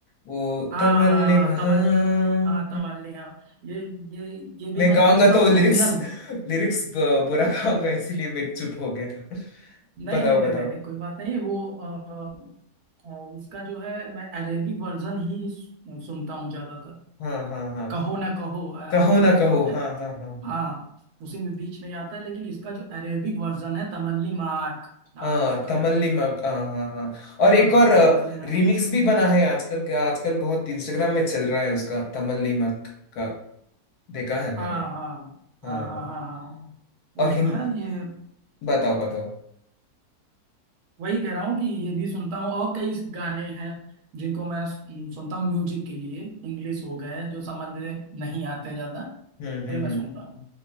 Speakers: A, on the left (about 75°); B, on the right (about 75°).
A: वो
B: हाँ
A: तमल्लिम
B: हाँ हाँ हाँ, तमल्ली
A: हाँ
B: हाँ तमल्ली हाँ ये ये ये भी
A: मैं
B: मैंने
A: गाऊंगा
B: इसका
A: तो लिरिक्स
B: ओरिजिनल
A: लिरिक्स बुरा गाऊंगा इसीलिए मैं चुप हो गया
B: नहीं
A: बताओ
B: नहीं नहीं
A: बताओ
B: नहीं नहीं कोई बात नहीं वो अ, अ, इसका जो है मैं अरेबिक वर्जन ही सु- सुनता हूँ ज्यादातर
A: हाँ हाँ हाँ
B: कहो ना कहो
A: कहो ना
B: सॉन्ग
A: कहो
B: है
A: हाँ हाँ हाँ हाँ
B: हाँ उसी में बीच में आता है लेकिन इसका जो अरेबिक वर्जन है तमल्ली माक नाम
A: हाँ
B: है उसका
A: तमल्ली मग हाँ हाँ हाँ और एक
B: हाँ
A: और
B: तमल्ली माक
A: रिमिक्स भी बना है आजकल के आजकल बहुत इंस्टाग्राम में चल रहा है उसका तमल्ली मग का देखा है मैंने
B: हाँ हाँ हाँ
A: हाँ
B: हाँ हाँ
A: हाँ
B: हाँ हाँ। वो
A: और
B: जो
A: हिंद
B: है ये
A: बताओ बताओ
B: वही कह रहा हूँ कि ये भी सुनता हूँ और कई गाने हैं जिनको मैं सुन- सुनता हूँ म्यूजिक के लिए इंग्लिश हो गए जो समझ में नहीं आते ज्यादा
A: हम्म हम्म
B: नहीं मैं
A: हम्म
B: सुनता हूँ